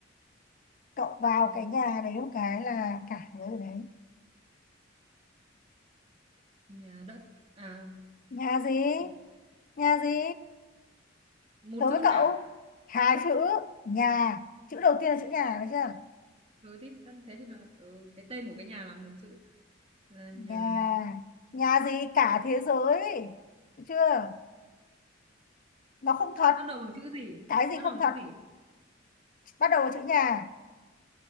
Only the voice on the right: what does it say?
Ừm,
nhà đất à
ừ,
một
chữ
thôi à?
ừ thế thì tân thế thì là ừ, cái tên của cái nhà là một chữ là nhà
bắt đầu bằng chữ gì
bắt
đầu bằng
chữ gì